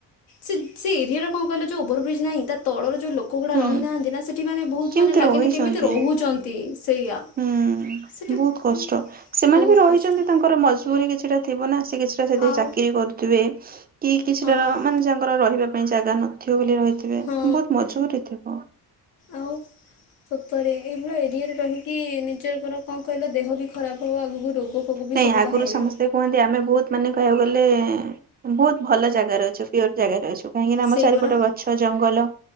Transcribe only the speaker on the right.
ହୁଁ
କେମିତି
ରହିଛନ୍ତି।
ହୁଁ,
ବହୁତ କଷ୍ଟ ସେମାନେ
ବି ରହିଛନ୍ତି
ତାଙ୍କର ମଜ୍। ବୁରି କିଛିଟା ଥିବ ନା ସେ କିଛିଟା ସେ
ଚାକିରି କରୁଥିବେ, କି କିଛିଟା
ର ମାନେ ତାଙ୍କର ରହିବା‌। ପାଇଁ ଜାଗା ନଥିବ ବୋଲି ରହିଥିବେ,
ତ ବହୁତ ମଜବୁରି ଥିବ।
ନାଇଁ
ଆଗରୁ
ସମସ୍ତେ। କୁହନ୍ତି ଆମେ ବହୁତ ମାନେ କହିବାକୁ ଗଲେ ଏଁ ବହୁତ ଭଲ ଜାଗାରେ ଅଛୁ ପିଓର ଜାଗାରେ ଅଛୁ। କାହିଁକି ନା ଆମ
ଚାରିପଟେ
ଗଛ, ଜଙ୍ଗଲ।